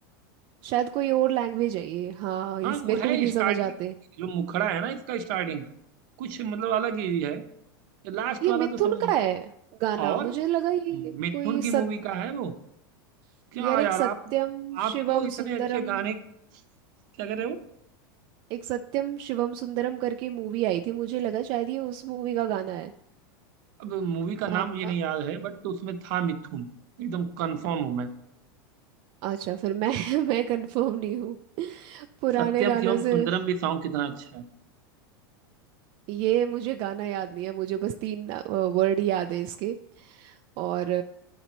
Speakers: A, on the right; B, on the right.
A: शायद कोई और लैंग्वेज है ये हाँ
B: हाँ
A: इस मेरे
B: वो है
A: को भी नहीं
B: स्टार्ट
A: समझ
B: की
A: आते
B: जो मुखड़ा है ना इसका स्टार्टिंग का कुछ मतलब अलग ही है लास्ट
A: ये
B: वाला
A: मिथुन
B: तो समझ में
A: का है गाना
B: और
A: मुझे लगा ये
B: मिथुन
A: कोई
B: की मूवी
A: सत
B: का है वो क्या
A: यार
B: यार
A: एक सत्यम
B: आप आपको
A: शिवम
B: इतने
A: सुंदरम
B: अच्छे गाने क्या कह रहे हो
A: एक सत्यम शिवम सुंदरम करके मूवी आई थी मुझे लगा शायद ये उस मूवी का गाना है
B: अब मूवी का नाम
A: अ,
B: मुझे
A: अ,
B: नहीं याद है बट उसमें था मिथुन एकदम कंफर्म हूं मैं
A: अच्छा फिर मैं <laughs> मैं कंफर्म नहीं हूँ पुराने
B: सत्यम
A: गानों
B: शिवम
A: से
B: सुंदरम भी सॉन्ग कितना अच्छा है
A: ये मुझे गाना याद नहीं है मुझे बस तीन वर्ड याद है इसके और